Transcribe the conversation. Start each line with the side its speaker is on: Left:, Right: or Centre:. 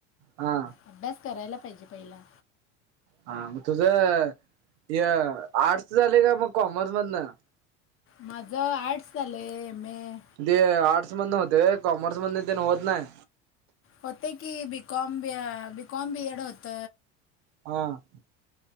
Right: हा,
Left: अभ्यास करायला पाहिजे पहिला.
Right: हा मग तुझ हय आर्ट्स झाले का मग कॉमर्स मधनं?
Left: माझं आर्ट्स झालं आहे एम ए
Right: ते आर्ट्स मध होते कॉमर्स मध ते होत नाही
Left: होते की B Com B B Com B Ed होत
Right: हां.